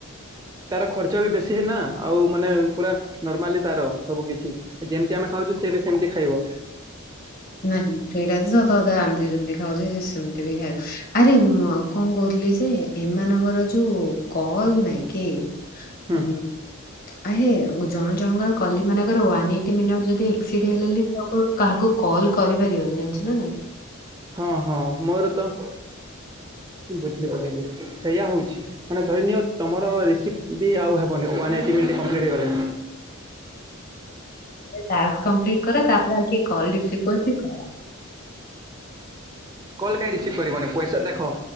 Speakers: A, on the right; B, on the left.
A: ତା, ର ଖର୍ଚ୍ଚ ବି ବେଶୀ ନା, ଆଉ ମାନେ ପୁରା ନର୍ମାଲି ତା, ର ସବୁ କିଛି। ଯେମତି ଆମେ ଖାଉଛୁ, ସେ ବି ସେମତି ଖାଇବ।
B: ନାଇଁ, ସେଇଟା ତ ସତ କଥା। ଆମେ ଯେମତି ଖାଉଚେ ସେ ସେମତି ବି ଖାଇବ। ଆରେ କଣ କହୁଥିଲି ଯେ ଏମାନଙ୍କର ଯୋଉ କଲ୍ ନାଇଁ କି
A: ହୁଁ
B: ଉ ଆହେ ଜଣ ଜଣଙ୍କର କଲି ମାନଙ୍କର ୱାନ୍ ଏଇଟି ମିନିଟ୍ ଯଦି ଆକ୍ସିଡ ହେଲେ କାହାକୁ କଲ୍ କରିପାରିବନି, ଜାଣିଛ ନା, ନାଇଁ?
A: ହଁ ହଁ ମୋର ତ ହୁଁ ସୁବୁଚି <unintelligible> ସେଇୟଆ ହୋଉଛି। ମାନେ ଧରିନଅ ତମର ରିସିପ୍ଟ୍ ବି ଆଉ ହେବନି, ୱାନ୍ ଏଇଟି ମିନି୍ଟ କମ୍ପ୍ଲେଟ୍ ହେଇଗଲେ।
B: ଟାକ୍ସ୍ କମ୍ପ୍ଲେଟ୍ କର, ତା, ପରେ ଆଉ କଲ୍ ରିସିଭ୍ କରିଛି କର।
A: କଲ୍ କାହିଁ ରିସିଭ୍ କରିବନି? ପଇସା ଦେଖ।